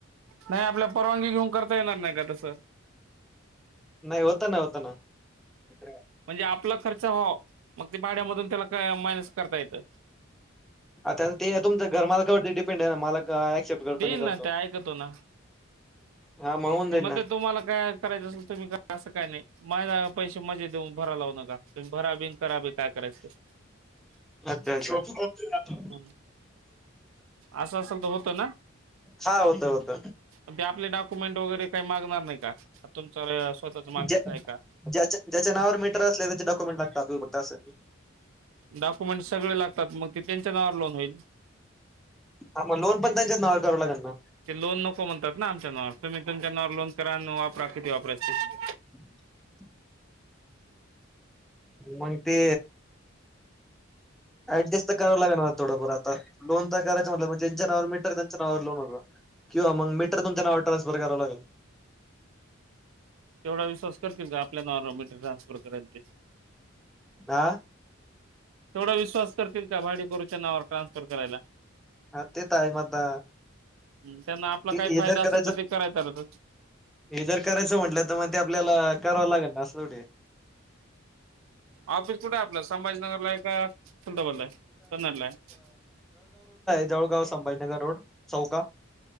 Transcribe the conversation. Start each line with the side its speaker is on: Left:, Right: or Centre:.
Right: नाही आपल्या परवानगी घेऊन करता येणार नाही का तस
Centre: नाही होतं <inaudible>
Right: म्हणजे आपला खर्च व्हावं मग ते भाड्यामधून त्याला क मायनस करता येतं.
Centre: आता ते तुमच घरमालकावरती डिपेंड आहे ना मालक ऍक्सेप्ट करतो
Right: देईल
Centre: नाही करतो
Right: ना ते ऐकतो ना
Centre: हा होऊन
Right: ते
Centre: जाईल
Right: मग
Centre: ना
Right: ते तुम्हाला काय करायचं असेल तुम्ही असं काय नाही माझा पैसे मजे देऊन भरा लावू नका तुम्ही भरा बी कराबी काय करायचं ते
Centre: अच्छा अच्छा
Right: ह असं असल तर होत ना.
Centre: हा होत होत
Right: पण ते आपले डॉक्युमेंट वगैरे काही मागणार नाही का? तुमचा स्वतःच मालकीचा
Centre: ज्या
Right: आहे का
Centre: ज्याच्या ज्याच्या नावावर मीटर असले त्याचे डॉक्युमेंट लाग बता अस
Right: डॉक्युमेंट सगळे लागतात मग ते त्यांच्या नावावर लोन होईल.
Centre: हा मग लोन पण त्यांच्याच नावावर कराव लागण ना.
Right: ते लोन नको म्हणतात ना आमच्या नावावर तुम्ही तुमच्या नावावर लोन करा आणि वापरा किती वापरायच ते अ <inaudible>
Centre: <inaudible> मग ते ऍडजस्ट तर करावं लागेल ना थोडंफार आता, लोन तर करायच म्हटलं ज्यांच्या नावावर मीटर त्यांच्या नावावर लोन होत किंवा मग मीटर तुमच्या नावावर ट्रान्सफर करावं लागल.
Right: तेवढा विश्वास करतील का? आपल्या नावावर मीटर ट्रान्सफर करायला ते.
Centre: आ
Right: तेवढा विश्वास करतील का? भाडीकरूच्या नावावर ट्रान्सफर करायला.
Centre: हा तेच आहे म अता
Right: त्यांना आपला
Centre: ते
Right: काही
Centre: हे
Right: फायदा
Centre: जर
Right: असेल
Centre: करायचं
Right: तर ते करायच
Centre: हे जर करायचं म्हटलं तर मग ते आपल्याला कराव लागन अस थोडीये.
Right: ऑफिस कुठे आहे आपलं संभाजीनगरला आहे का? फलताबादला आहे कन्नाडला आहे?
Centre: जवळगाव संभाजीनगर रोड चौका